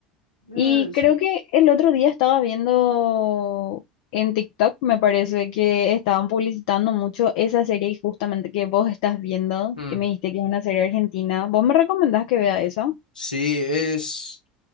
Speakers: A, on the left (about 80°); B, on the left (about 60°).
A: Eh,
B: Y
A: sí.
B: creo que el otro día estaba viendo en TikTok, me parece que estaban publicitando mucho esa serie justamente que vos estás viendo,
A: Mm.
B: que me dijiste que es una serie argentina. ¿Vos me recomendás que vea esa?
A: Sí, es.